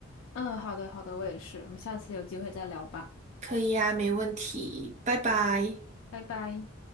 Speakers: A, on the left; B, on the right.
A: 嗯，好的好的，我也是，我们下次有机会再聊吧，
B: 可以呀，没问题，拜拜。
A: 拜拜。